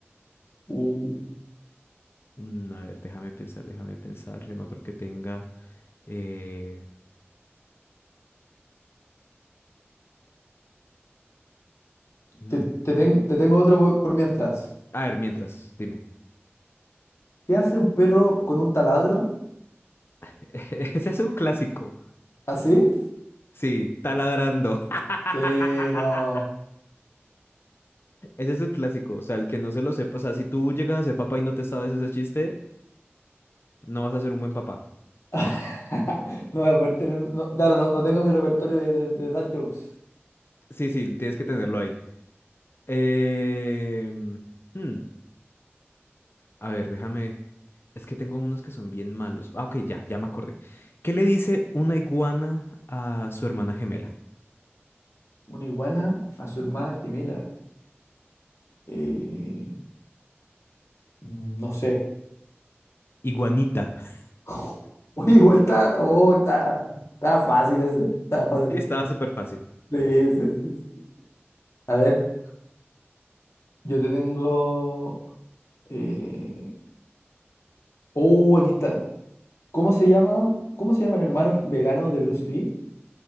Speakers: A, on the left; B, on the left.
A: Uh,
B: mm, a ver, déjame pensar, déjame pensar en otro que tenga. eh, mm.
A: te, te ten- te tengo otro por, por mientras.
B: A ver, mientras, dime.
A: ¿Qué hace un perro con un taladro?
B: <laughs> Ese es un clásico.
A: ¿Así?
B: Sí, taladrando. <laughs>
A: Sí, Sí, no.
B: Ese es un clásico. O sea, el que no se lo sepa. O sea, si tú llegas a ser papá y no te sabes ese chiste, no vas a ser un buen papá.
A: <laughs> No voy a poder tener. un- no, claro, no, no tengo mi repertorio de, de, de dad jokes.
B: Sí, sí, tienes que tenerlo ahí. Eh, hmm, A ver, déjame. Es que tengo unos que son bien malos. Ah, ok, ya, ya me acordé. ¿Qué le dice una iguana a su hermana gemela?
A: Una iguana a su hermana gemela. Eh, no sé.
B: Iguanita. <laughs>
A: <laughs> Oye, igual está. Oh, está, está fácil ese. Está fácil.
B: Sí, estaba súper fácil.
A: Sí, sí, sí. sí. A ver. Yo te tengo. eh, Oh, aquí está. ¿Cómo se llama? ¿Cómo se llama el hermano vegano de Bruce Lee?